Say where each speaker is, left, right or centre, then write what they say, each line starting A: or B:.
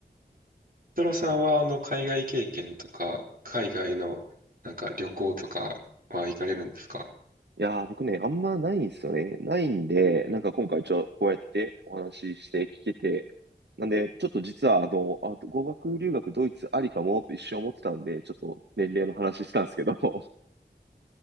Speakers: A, on the right; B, on the right.
A: トロさんは、あの、海外経験とか、海外の、なんか旅行とかは行かれるんですか
B: いやー、僕ね、あんまないんですよね。ないんで、なんか今回ちょ、こうやってお話しして聞けて、なんで、ちょっと実は、あの、あ、語学留学ドイツありかもって一瞬思ってたんで、ちょっと年齢の話したんですけども。